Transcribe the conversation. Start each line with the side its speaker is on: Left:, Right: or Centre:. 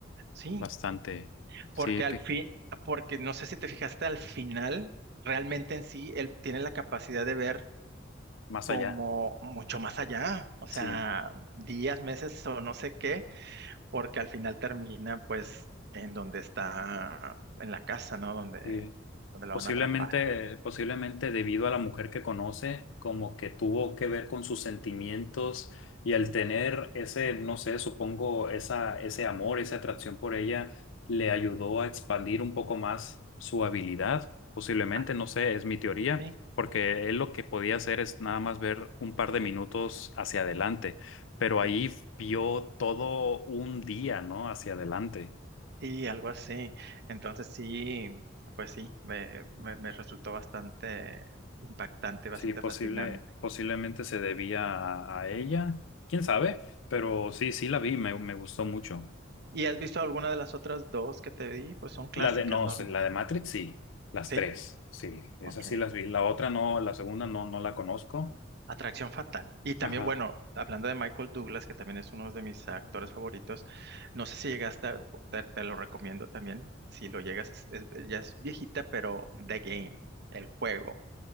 Right: Sí,
Left: Bastante. Sí,
Right: porque
Left: que
Right: al fin, porque no sé si te fijaste, al final, realmente en sí, él tiene la capacidad de ver
Left: más
Right: como
Left: allá.
Right: mucho más allá, o sea,
Left: Sí,
Right: días, meses o no sé qué porque al final termina pues en donde está, en la casa, ¿no? Donde,
Left: sí.
Right: donde lo
Left: Posiblemente,
Right: van a atrapar.
Left: posiblemente debido a la mujer que conoce, como que tuvo que ver con sus sentimientos y al tener ese, no sé, supongo, esa, ese amor, esa atracción por ella, le ayudó a expandir un poco más su habilidad. Posiblemente,
Right: Ah,
Left: no sé, es mi teoría,
Right: sí,
Left: porque él lo que podía hacer es nada más ver un par de minutos hacia adelante, pero ahí
Right: sí,
Left: vio todo un día, ¿no? Hacia adelante.
Right: sí, algo así. Entonces sí, pues sí, me, me, me resultó bastante impactante, bastante
Left: Sí, posible,
Right: fascinante.
Left: posiblemente se debía a, a ella, quién sabe, pero sí, sí la vi, me, me gustó mucho.
Right: ¿Y has visto alguna de las otras dos que te di? Pues son clásicas,
Left: La de, no,
Right: ¿no?
Left: sí, la de Matrix, sí, las
Right: Sí,
Left: tres, sí, esas
Right: ok.
Left: sí las vi. La otra no, la segunda no, no la conozco.
Right: Atracción Fatal. Y también,
Left: Ajá,
Right: bueno, hablando de Michael Douglas, que también es uno de mis actores favoritos, no sé si llegaste, a- te, te lo recomiendo también, si lo llegas, es, es- ya es viejita, pero The Game, el juego.